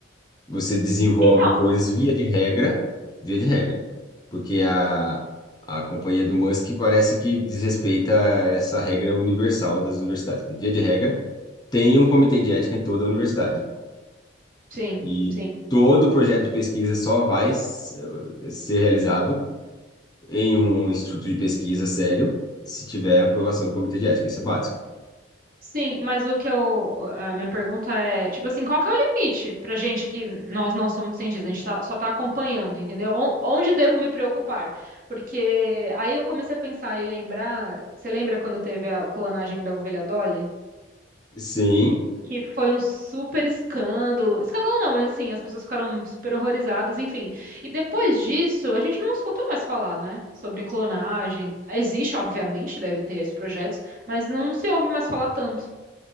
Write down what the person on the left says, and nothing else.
você desenvolve
coisas via de regra, via de regra, porque a, a companhia do Musk parece que desrespeita essa regra universal das universidades, mas via de regra tem um comitê de ética em toda a universidade
e
todo projeto de pesquisa só vai s- eh, ser realizado em um instituto de pesquisa sério se tiver aprovação do comitê de ética, isso é básico.
Sim,